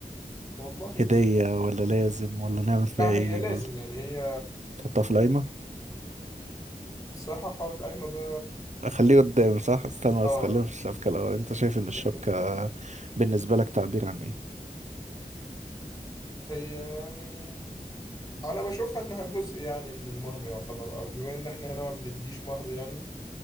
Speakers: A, on the left; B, on the right.
A: والله
B: هدية ولا لازم ولا نعمل فيها
A: لا
B: ايه
A: هي لازم
B: ولا
A: يعني هي
B: تحطها في القايمة
A: الصراحة حوار القايمة ده
B: خليه قدام صح استنى
A: اه
B: بس خلينا في الشبكة الأول أنت شايف إن الشبكة
A: لكن
B: بالنسبة لك تعبير عن إيه؟
A: هي يعني أنا بشوفها إنها جزء يعني من المهر يعتبر أو بما إن إحنا هنا ما بنديش مهر يعني